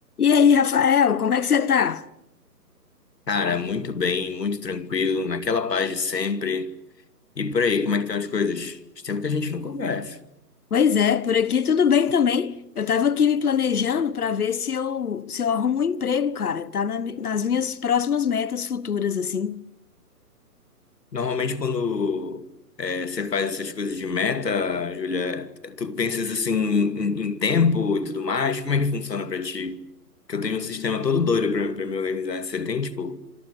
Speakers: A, on the left; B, on the left.
A: E aí, Rafael, como é que você tá?
B: Cara, muito bem, muito tranquilo, naquela paz de sempre. E por aí, como é que estão as coisas? Faz tempo que a gente não conversa.
A: Pois é, por aqui tudo bem também. Eu tava aqui me planejando para ver se eu, se eu arrumo um emprego, cara. Tá na mi- nas minhas próximas metas futuras, assim.
B: Normalmente, quando é, você faz essas coisas de meta, Júlia, tu pensas assim em, em tempo e tudo mais, como é que funciona pra ti? Que eu tenho um sistema todo doido pra, pra me organizar. Você tem, tipo?